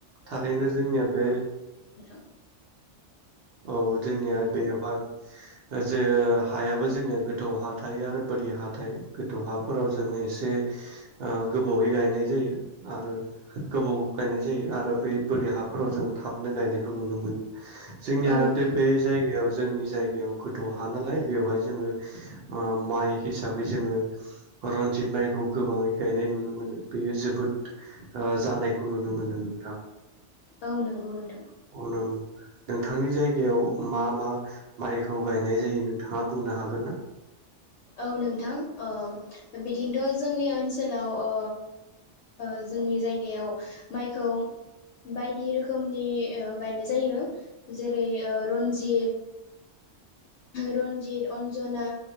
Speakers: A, on the right (about 60°); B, on the left (about 75°).
A: थारैनो जोंनिया बे
B: नोथां
A: औ जोंनिया दैयावहाय जे हायाबो जोंनिया गोथौ हा थायो आरो बोरि हा थायो गोथौ हाफोराव जों एसे ओ गोबावै गायनाय जायो आरो गोबाव गायनाय जायो आरो बे बोरि हाफोराव जों थाबनो गायनायखौ नुनो मोनो। जोंनिया
B: औ नोंथां
A: बे जायगायाव जोंनि जाय बेयाव गोथौ हा नालाय बेवहाय जोङो ओ माइ हिसाबै जोङो रन्जित माइखौ गोबाङै गायनाय नुनो मोनो बेयो जोबोद जानायखौ नुनो मोनो नों
B: औ नंगौ नोंथां।
A: उनाव नोंथांनि जायगायाव मा मा माइखौ गायनाय जायो नोंथाङा बुंनो हागोन ना?
B: औ नोंथां ओ बिदिनोथ जोंनि ओनसोलाव ओ ओ जोंनि जायगायाव माइखौ बाय दि रोखोमनि ओ गायनाय जायो जेरै ओ रनजित रन्जित अन्जना